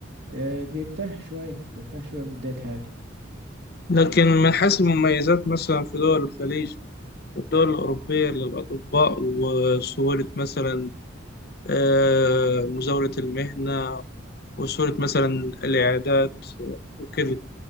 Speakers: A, on the right; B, on the left.
A: آه، بيرتاح شوية بيرتاح شوية في بداية حياته
B: لكن من حيث المميزات مثلا في دول الخليج والدول الأوروبية للأطباء وسهولة مثلا آه، مزاولة المهنة وسهولة مثلا العيادات وكده